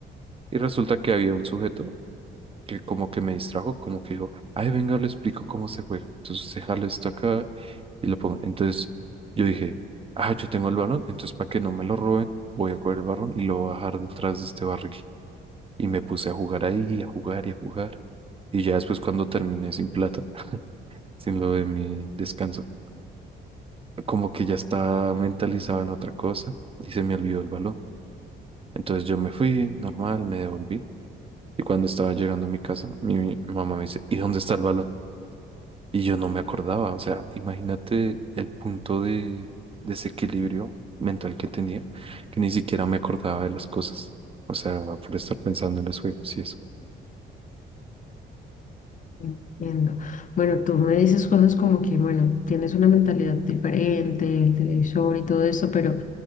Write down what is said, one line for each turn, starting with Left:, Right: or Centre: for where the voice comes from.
Right: y resulta que había un sujeto que como que me distrajo, como que dijo, ay, venga, le explico cómo se juega. Entonces se jala esto acá y lo pongo. Entonces yo dije, ah, yo tengo el balón, entonces para que no me lo roben, voy a coger el balón y lo voy a bajar detrás de este barril. Y me puse a jugar ahí, a jugar y a jugar. Y ya después cuando terminé sin plata, <laughs> sin lo de mi descanso, como que ya estaba mentalizado en otra cosa y se me olvidó el balón. Entonces yo me fui, normal, me devolví. Y cuando estaba llegando a mi casa, mi mi mamá me dice, ¿y dónde está el balón? Y yo no me acordaba, o sea, imagínate el punto de desequilibrio mental que tenía, que ni siquiera me acordaba de las cosas, o sea, por estar pensando en los juegos y eso.
Left: Entiendo. Bueno, tú me dices cosas como que, bueno, tienes una mentalidad diferente, el televisor y todo eso, pero